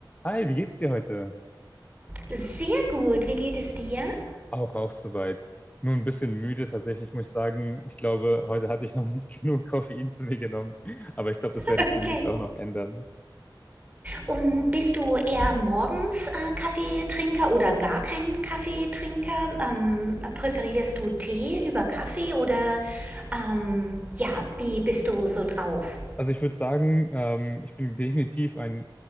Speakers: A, on the left; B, on the right.
A: Hi, wie geht's dir heute?
B: Sehr gut, wie geht es dir?
A: Auch, auch soweit. Nur ein bisschen müde tatsächlich, muss ich sagen. Ich glaube, heute hatte ich noch nicht <laughs> genug Koffein zu mir genommen. Aber ich glaube, das werde
B: Okay.
A: ich demnächst auch noch ändern.
B: Und bist du eher morgens äh, Kaffeetrinker oder gar kein Kaffeetrinker? Ähm, präferierst du Tee über Kaffee oder ähm, ja, wie bist du so drauf?
A: Also ich würde sagen, ähm, ich bin definitiv ein,